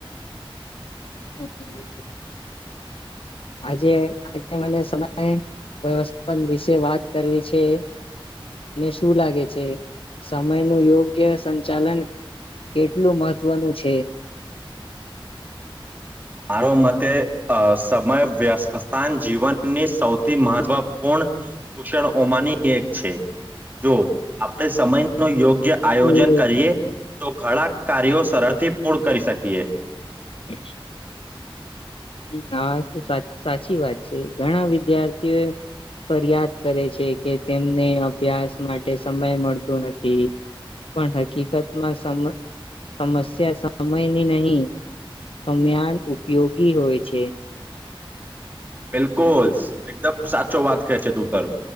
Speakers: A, on the left; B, on the right.
A: <inaudible> આજે આજે મને સમય વ્યવસ્થાન વિશે વાત કરવી છે મને શું લાગે છે સમયનું યોગ્ય સંચાલન કેટલું મહત્વનું છે
B: મારો મતે સમય વ્યથાન જીવનની સૌથી મહત્વપૂર્ણ કુશણમાંની એક છે જો આપણે સમય નો યોગ્ય જે આયોજન
A: હમ,
B: કરીએ તો ઘણા કાર્યો સરળથી પૂર્ણ કરી શકીએ
A: <inaudible> હ હા સાચી વાત છે ઘણા વિદ્યાર્થીઓ ફરિયાદ કરે છે કે તેમને અભ્યાસ માટે સમય મળતો નથી પણ હકીકતમાં સમ સમસ્યા સમયની નહી સમ્યાન ઉપયોગી હોય છે
B: બિલકુલ એકદમ સાચો વાત ક છે તુંતર